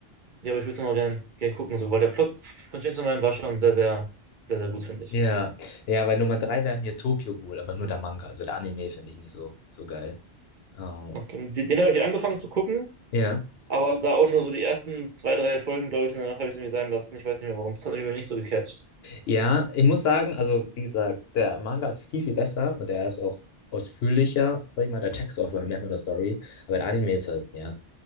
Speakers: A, on the right; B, on the left.
A: ja, aber ich will es noch gern, gern gucken, so, weil der Plot von Chainsaw Man war schon sehr, sehr, sehr, sehr gut, finde ich.
B: Ja, ja, bei Nummer drei wäre mir Tokyo Ghoul, aber nur der Manga, also der Anime finde ich nicht so, so geil. Oh,
A: Okay. Den, den habe ich angefangen zu gucken,
B: ja.
A: aber da auch nur so die ersten zwei, drei Folgen, glaube ich, und danach habe ich es irgendwie sein lassen. Ich weiß nicht mehr warum. Das hat mich irgendwie nicht so gecatcht.
B: Ja, ich muss sagen, also wie gesagt, der Manga ist viel, viel besser und der ist auch ausführlicher, sag ich mal, da checkst du auch mehr von der Story, aber der Anime ist halt, ja,